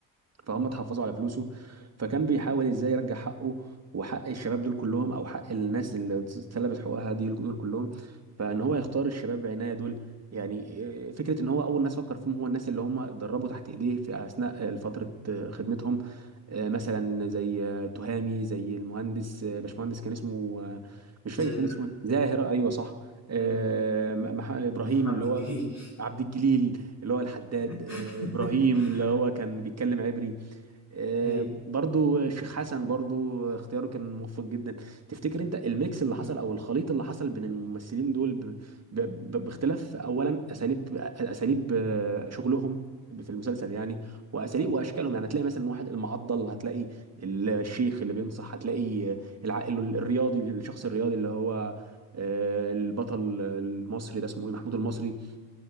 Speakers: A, on the right; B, on the left.
A: فهم اتحفظوا على فلوسه فكان بيحاول ازاي يرجع حقه وحق الشباب دول كلهم او حق الناس اللي اتسلبت حقوقها دي دول كلهم فان هو يختار الشباب بعناية دول يعني إيه، فكرة ان هو اول ناس فكر فيهم هو الناس اللي هم اتدربوا تحت ايديه في اثناء فترة آه، خدمتهم آه، مثلا زي آه، تهامي زي المهندس آه، باشمهندس كان اسمه آه، مش فاكر
B: زاهر
A: كان اسمه إيه. زاهر ايوه صح آه،
B: مم،
A: م- مح- ابراهيم
B: عبد
A: اللي
B: الجليل
A: هو عبد الجليل اللي هو الحداد
B: <laughs>
A: آه، ابراهيم اللي هو كان بيتكلم عبري آه،
B: ايوه
A: برضو الشيخ حسن برضو اختياره كان موفق جدا تفتكر انت الميكس اللي
B: مم.
A: حصل او الخليط اللي حصل بين الممثلين دول ب... ب... ب- باختلاف اولا اساليب اساليب آه، شغلهم في المسلسل يعني واساليب واشكالهم يعني هتلاقي مثلا واحد المعضل هتلاقي الشيخ اللي بينصح هتلاقي آه، العائل الرياضي الشخص الرياضي اللي هو آه، البطل المصري ده اسمه ايه محمود المصري